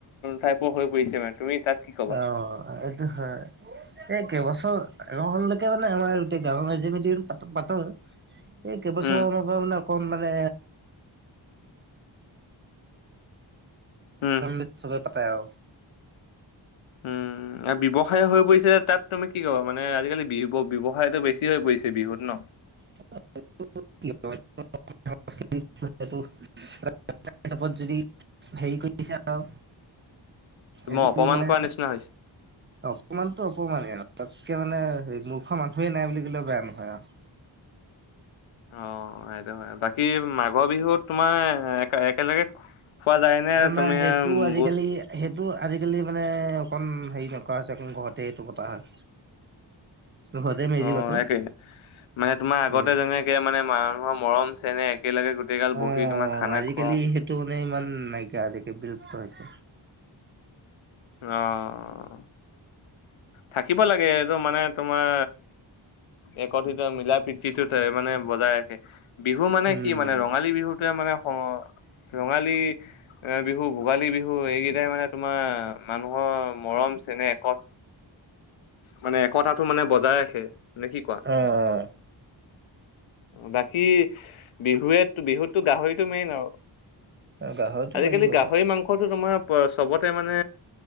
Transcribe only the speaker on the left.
টাইপৰ হৈ পৰিছে মানে তুমি তাত কি কবা?
উম
উম
উম আ ব্যৱসায় হৈ পৰিছে তাত তুমি কি কবা মানে আজিকালি বিব বিব হয় এইটো বেছি হৈ পৰিছে বিহুত ন
তোমাক
অপমান
কৰা নিচিনা হৈছে।
অ সেইটো হয়, বাকী মাঘৰ বিহুত তোমাৰ এক একেলগে খোৱা যায় নে তুমি
বুজ
অ
একে, মানে তোমাৰ আগতে
যেনেকে মানে মানুহৰ মৰম চেনেহ একেলগে গোটেই গাল
বহি তোমাৰ খানা
খোৱা
অহ থাকিব লাগে এইটো মানে তোমাৰ একতিত মিলা <unintelligible> মানে বজাই ৰাখে বিহু মানে
কি মানে ৰঙালী বিহুটোৱে মানে ও ৰঙালী বিহু, ভোগালী বিহু এইকেইটাই মানে তোমাৰ মানুহৰ মৰম চেনেহ একত মানে একতাটো মানে বজাই ৰাখে, মানে কি কোৱা?
বাকী বিহুৱে বিহুতো গাহৰিটো মেইন আৰু।
আজিকালি
গাহৰি মাংসটো তোমাৰ চবতে মানে